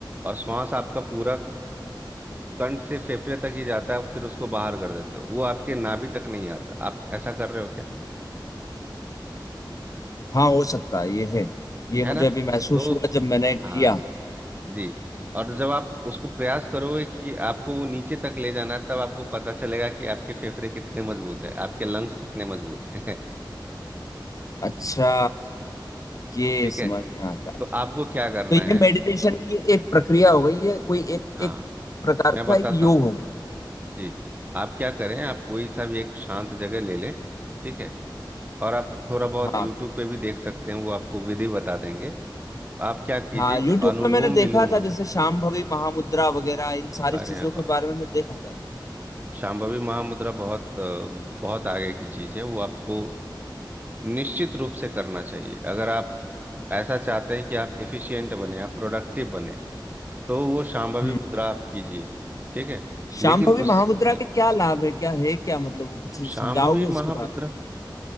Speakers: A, on the right; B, on the left.
A: और श्वास आपका पूरा कंठ से फेफड़े तक ही जाता है आप फिर उसको बाहर कर देते हो वो आपके नाभि तक नहीं आता आप ऐसा कर रहे हो क्या
B: हाँ हो सकता है ये है ये
A: है
B: मुझे
A: ना
B: अभी महसूस
A: तो
B: हुआ जब मैंने किया
A: हाँ जी और जब आप उसको प्रयास करोगे कि आपको वो नीचे तक ले जाना है, तब आपको पता चलेगा कि आपके फेफड़े कितने मजबूत है आपके लंग्स कितने मजबूत हैं
B: अच्छा
A: <laughs>
B: ये
A: ठीक
B: समझ
A: है
B: में आता है
A: तो आपको क्या
B: तो
A: करना
B: ये
A: है
B: मेडिटेशन की एक प्रक्रिया हो गई है कोई एक
A: हाँ
B: एक प्रकार
A: मैं
B: का
A: बताता
B: एक योग
A: हूँ
B: हो गया
A: जी आप क्या करें आप कोई सा भी एक शांत जगह ले लें ठीक है और आप थोड़ा बहुत
B: हाँ
A: यूट्यूब पे भी देख सकते हैं वो आपको विधि बता देंगे आप क्या कीजिए
B: हाँ यूट्यूब
A: कि अनुलोम
B: पे मैंने देखा
A: विलोम
B: था
A: होता
B: जैसे शांभवी महामुद्रा वगैरह इन सारी
A: है अरे
B: चीजों के
A: वाह
B: बारे में मैं देखा था
A: शांभवी महामुद्रा बहुत अ, बहुत आगे की चीज़ है वो आपको निश्चित रूप से करना चाहिए अगर आप ऐसा चाहते हैं कि आप एफिशिएंट बने आप प्रोडक्टिव बने तो वो शांभवी
B: हम्म
A: मुद्रा आप कीजिए ठीक है
B: शांभवी
A: लेकिन
B: महामुद्रा
A: उस
B: के क्या लाभ है क्या है क्या मतलब वो कुछ
A: शांभवी
B: समझाओगे उसके
A: महामुद्रा
B: बारे में